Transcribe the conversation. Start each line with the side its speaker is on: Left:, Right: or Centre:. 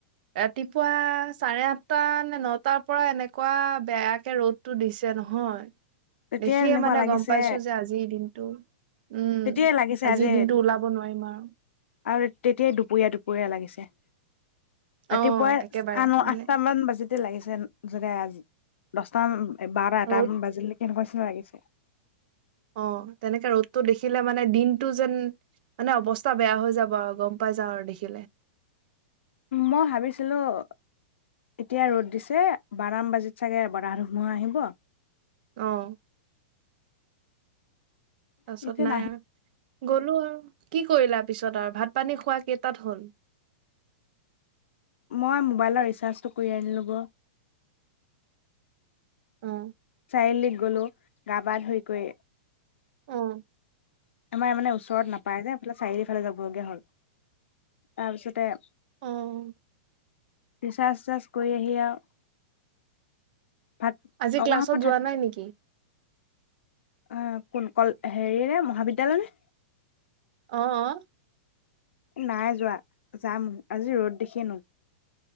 Right: ৰাতিপুৱা চাৰে আঠটা নে নটাৰ পৰা এনেকুৱা বেয়াকে ৰ'দটো দিছে নহয়।
Left: তেতিয়াই
Right: দেখিয়েই
Left: এনেকুৱা
Right: মানে
Left: লাগিছে
Right: গম পাইছোঁ যে আজিৰ দিনটো। উম্।
Left: তেতিয়াই লাগিছে
Right: আজিৰ
Left: আজি
Right: দিনটো ওলাব নোৱাৰিম আৰু।
Left: আৰু তেতিয়াই দুপৰীয়া দুপৰীয়া লাগিছে। ৰাতিপুৱাই
Right: অ একেবাৰে
Left: আন
Right: মানে
Left: আঠটামান বাজুতে লাগিছে। যেন <unintelligible> দছটামান। এই বাৰা এটা
Right: ৰ'দ
Left: মান বাজিলে কেনেকুৱা লাগিছে।
Right: অ', তেনেকে ৰ'দটো দেখিলে মানে দিনটো যেন, মানে অৱস্থা বেয়া হৈ যাব আৰু গম পাই যাওঁ, আৰু দেখিলে।
Left: মই ভাবিছিলোঁ এতিয়া ৰ'দ দিছে, বাৰামান বাজাত চাগে বাৰাহা-ধুমুহা আহিব।
Right: অ'। তাৰপিছত
Left: এতিয়া
Right: নাই
Left: নাহি
Right: আৰু। গলোঁ আৰু। কি কৰিলা পিছত আৰু ভাত-পানী খোৱা কেইটাত হ'ল?
Left: মই মোবাইলৰ ৰিচাৰ্জটো কৰি আনিলোঁ ব।
Right: অ'।
Left: <unintelligible> লৈ গ'লো। গা-পা ধুই কৈ।
Right: উম্।
Left: আমাৰ মানে ওচৰত নাপায় যে, এইফালে চাৰিআলিৰ ফালে যাব <unintelligible> হ'ল। তাৰপিছতে
Right: উম্।
Left: ৰিচাৰ্জ-চিচাৰ্জ কৰি আহি আৰু ভাত
Right: আজি
Left: অকমান
Right: ক্লাছলৈ
Left: সময় থাক
Right: যোৱা নাই নেকি?
Left: অঁ কোন কল হেৰিনে মহাবিদ্যালয় নে?
Right: অঁ
Left: নাই যোৱা, যাম আজি ৰ'দ দেখিয়েই ন।